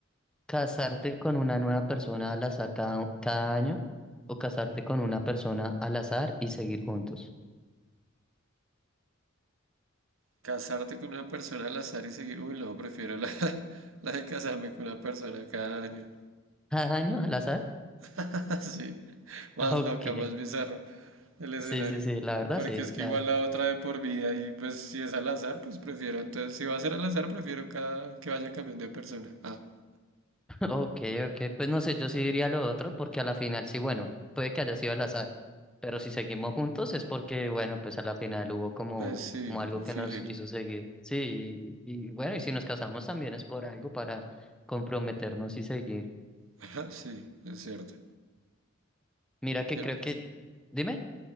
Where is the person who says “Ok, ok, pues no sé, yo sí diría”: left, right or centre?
Centre